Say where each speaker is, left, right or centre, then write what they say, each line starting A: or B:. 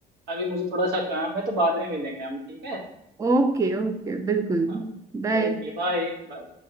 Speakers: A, on the right; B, on the right.
A: अभी मुझे थोड़ा सा काम है तो बाद में मिलेंगे हम ठीक है
B: ओके ओके बिल्कुल
A: हाँ
B: बाय
A: ओके बाय बाय